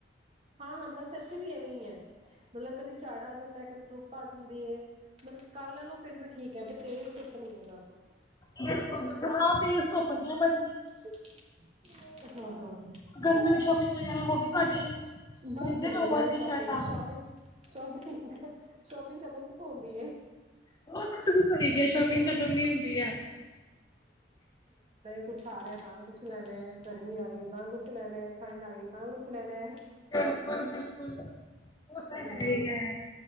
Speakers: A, on the right; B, on the left.
A: ਹਾਂ -ਹਾਂ ਬਸ ਇੱਥੇ ਵੀ ਐਵੇਂ ਹੀ ਹੈ, ਮਤਲਬ ਕਦੇ ਝਾੜ ਆ ਜਾਂਦਾ ਕਦੇ ਧੁੱਪ ਆ, ਜਾਂਦੀ ਹੈ। ਮਤਲਬ, ਕੱਲ ਨਾਲੋਂ ਫੇਰ ਵੀ ਠੀਕ ਹੈ, ਬ ਤੇਜ਼ ਧੁੱਪ ਨੀ ਹੈ ਜਾਣਾ।
B: ਬਿਲਕੁਲ -ਬਿਲਕੁਲ ਹਾਂ ਤੇ <inaudible> <inaudible> ਬਟ
A: ਹਾਂ, ਹਾਂ, ਹਾਂ।
B: ਗਰਮੀ ਦੀ ਸ਼ੋਪਿੰਗ ਵਗੈਰਾ ਹੋ ਗਈ ਤੁਹਾਡੀ
A: ਬਸ
B: ਖਰੀਦੇ
A: ਫਿਰ,
B: ਲੋਵਰ
A: ਮੈਰੀ
B: ਟੀ
A: ਸ਼ੋਪਿੰਗ,
B: ਸ਼ਰਟਾਂ
A: ਸ਼ੋਪਿੰਗ, ਸ਼ੋਪਿੰਗ ਸ਼ੋਪਿੰਗ ਖਤਮ ਕਿਥੋਂ ਹੁੰਦੀ ਏ
B: ਉਹ ਵੀ ਸਹੀ, ਸ਼ੋਪਿੰਗ ਖਤਮ ਵੀ ਹੁੰਦੀ ਐ
A: ਕੁਛ ਆ ਰਿਹਾ, ਤਾਂ ਕੁਛ ਲੈਣਾ, ਗਰਮੀ ਆ ਗਈ ਤਾਂ ਕੁਛ ਲੈਣਾ, ਠੰਡ ਆ ਗਈ ਤਾਂ ਕੁਛ ਲੈਣਾ।
B: ਬਿਲਕੁਲ -ਬਿਲਕੁਲ ਉਹ ਤਾਂ
A: ਹਾਂ
B: ਹੈ ਹੀ ਹੈ।